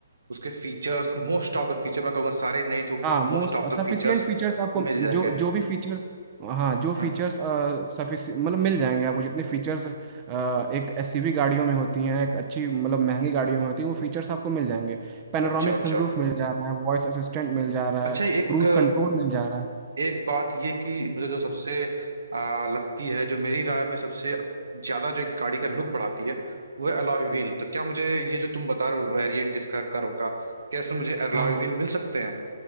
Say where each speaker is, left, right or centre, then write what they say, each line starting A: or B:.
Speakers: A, on the right (about 65°); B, on the right (about 25°).
A: उसके features most of the feature मैं कहूँगा सारे नहीं तो
B: हाँ
A: मोस्ट
B: मोस्ट
A: ऑफ
B: सफिशियंट
A: द फीचर्स
B: फीचर्स आपको
A: मिल जाएंगे
B: जो जो भी फीचर्स हाँ जो फीचर्स
A: हाँ,
B: सफिशि मतलब मिल जाएंगे आपको जितने फीचर्स एक एसयूवी गाड़ियों में होती हैं एक अच्छी मतलब महंगी गाड़ियों में होती है वो फीचर्स आपको मिल जाएंगे पैनोरामिक
A: अच्छा अच्छा
B: सनरूफ मिल जा रहा है वॉइस असिस्टेंट मिल जा रहा
A: अच्छा
B: है
A: एक
B: क्रूज कंट्रोल मिल जा रहा है
A: एक बात ये कि मुझे जो सबसे आ, लगती है जो मेरी राय में सबसे ज्यादा जो गाड़ी का लुक बढ़ाती है वो है अलॉय व्हील तो क्या मुझे ये जो तुम बता रहे हो वेरिएंट इसका कर्व का क्या इसमें मुझे अलॉय
B: हाँ हाँ।
A: व्हील मिल सकते हैं